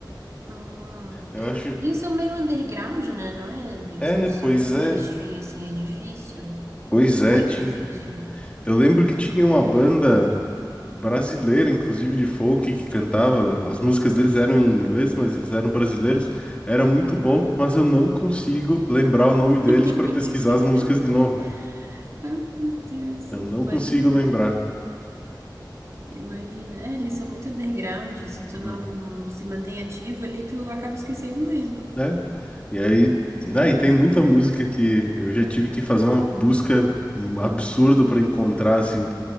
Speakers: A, on the right; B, on the left.
A: Uhum.
B: Eu acho.
A: Eles são meio underground, né? Não é? Eles
B: É,
A: não são
B: pois
A: do
B: é.
A: mainstream, assim, é difícil.
B: Pois
A: Muito
B: é, tinha.
A: difícil.
B: Eu lembro que tinha uma banda brasileira, inclusive de folk, que cantava. As músicas deles eram em inglês, mas eles eram brasileiros. Era muito
A: Uhum.
B: bom, mas eu não consigo lembrar o nome deles
A: <laughs>
B: para pesquisar as músicas de novo.
A: Ai, meu Deus.
B: Eu não
A: Imagino.
B: consigo lembrar,
A: Imagino. É, eles são muito underground. Se tu
B: Hum,
A: não se mantém ativo ali, tu acaba esquecendo mesmo.
B: né? E aí, né,
A: É isso.
B: e tem muita música que eu já tive que fazer uma busca hum, absurda para encontrar, assim.